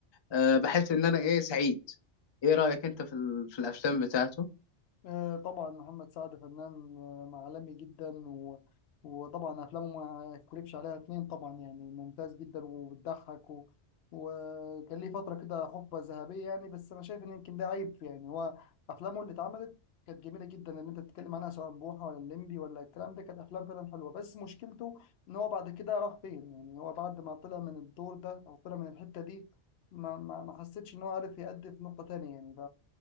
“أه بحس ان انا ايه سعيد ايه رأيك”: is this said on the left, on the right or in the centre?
Left